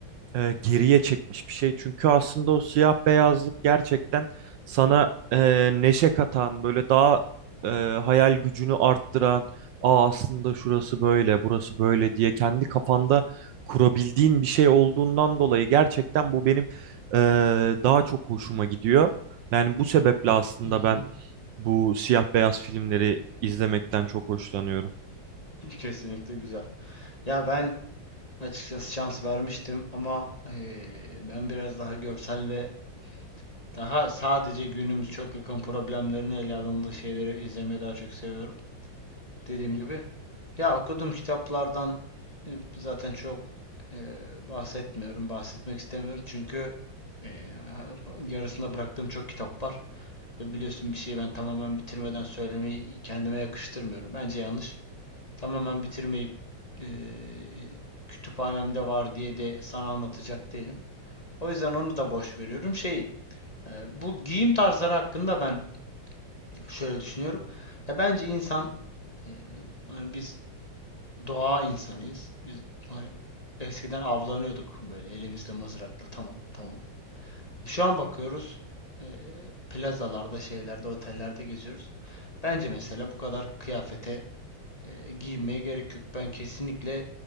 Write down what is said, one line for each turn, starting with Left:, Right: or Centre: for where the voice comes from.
Right: e, geriye çekmiş bir şey. Çünkü aslında o siyah beyazlık gerçekten sana e, neşe katan, böyle daha e, hayal gücünü arttıran, Aa, aslında şurası böyle, burası böyle diye kendi kafanda kurabildiğin bir şey olduğundan dolayı gerçekten bu benim e, daha çok hoşuma gidiyor. Yani bu sebeple aslında
Left: Mhm.
Right: ben bu siyah beyaz filmleri izlemekten çok hoşlanıyorum.
Left: Kesinlikle güzel. Ya ben açıkçası şans vermiştim ama eee, ben biraz daha görsel ve daha sadece günümüz çok yakın problemlerini ele alındığı şeyleri izlemeyi daha çok seviyorum. Dediğim gibi ya okuduğum kitaplardan e, zaten çok e, bahsetmiyorum, bahsetmek istemiyorum çünkü e, yarısında bıraktığım çok kitap var ve biliyorsun bir şeyi ben tamamen bitirmeden söylemeyi kendime yakıştırmıyorum. Bence yanlış tamamen bitirmeyip eee, kütüphanemde var diye de sana anlatacak değilim. O yüzden onu da boş veriyorum. Şeyi, eee, bu giyim tarzları hakkında ben şöyle düşünüyorum. Ya bence insan, eee, hani biz doğa insanıyız. Biz hani eskiden avlanıyorduk böyle elimizle mızrakla. Tamam, tamam. Şu an bakıyoruz. eee, plazalarda, şeylerde, otellerde geziyoruz. Bence mesela bu kadar kıyafete e, giyinmeye gerek yok. Ben kesinlikle